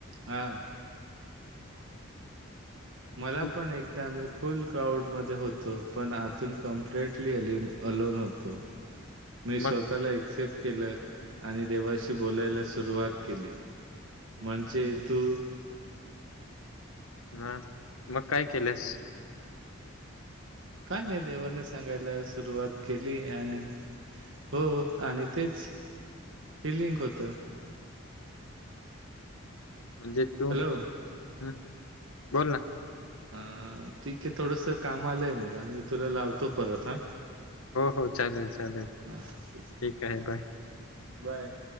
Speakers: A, on the right (about 65°); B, on the left (about 85°).
A: हां. मला
B: खूप
A: पण एकदा मी फुल क्राउडमध्ये होतो पण आतून कम्प्लिटली अलिन अलोन होतो. मी
B: मग
A: स्वतःला एक्सेप्ट केलं. आणि देवाशी बोलायला सुरुवात केली म्हणजे तू
B: हम्म, मग काय केलंस?
A: काय त्या देवाला सांगायला सुरुवात केली आणि हो आणि तेच, ते लिंक होत.
B: म्हणजे तू,
A: हॅलो
B: हम्म बोल ना.
A: अ ठीकये थोडंसं काम आलंय मला मी तुला लावतो परत हां.
B: हो हो चालेल. चालेल.
A: हा ठीकये
B: ठीक आहे. बाय.
A: बाय.